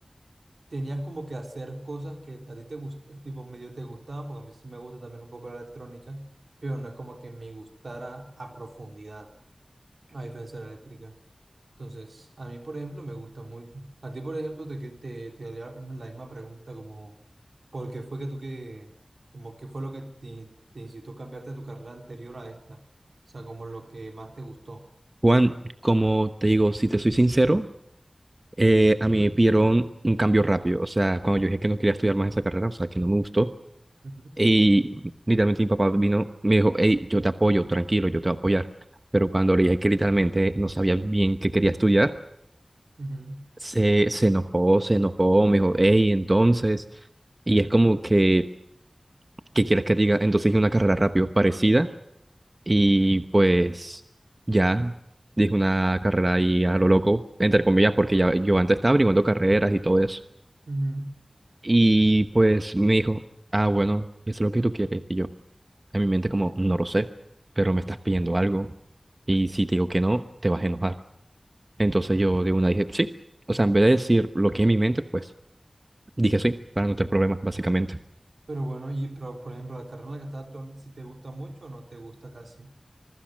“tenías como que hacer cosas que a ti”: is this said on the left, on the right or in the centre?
Right